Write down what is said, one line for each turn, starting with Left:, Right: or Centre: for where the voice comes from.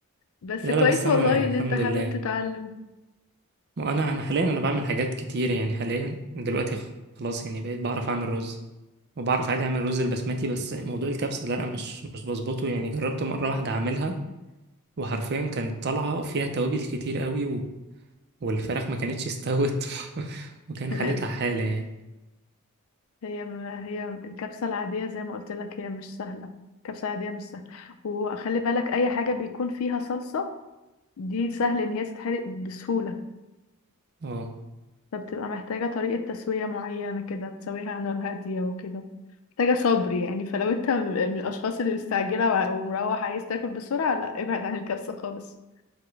Left: بس
Right: لا
Left: كويس
Right: لا بس انا
Left: والله
Right: يعني
Left: إن
Right: الحمد
Left: أنت حابب
Right: لله
Left: تتعلم
Right: ما انا انا حاليا انا بعمل حاجات كتير يعني حاليا دلوقتي خلاص يعني بقيت بعرف اعمل رز وبعرف عادي اعمل رز البسمتي بس موضوع الكبسه ده لا مش مش بظبطه يعني جربت مره واحده اعملها وحرفيا كانت طالعه فيها توابل كتير قوي و... والفراخ ما كانتش استوت <laughs> وكان
Left: <laughs> أيوة.
Right: حالتها حاله يعني
Left: هي هي الكبسة العادية زي ما قلت لك هي مش سهلة الكبسة العادية مش سهلة وخلي بالك أي حاجة بيكون فيها صلصة دي سهل إن هي تتحرق بسهولة
Right: اه
Left: فبتبقى محتاجة طريقة تسوية معينة كده تسويها على نار هادية وكده محتاجة صبر يعني فلو انت من من الأشخاص اللي مستعجلة ومروح عايز تاكل بسرعة لا ابعد عن الكبسة خالص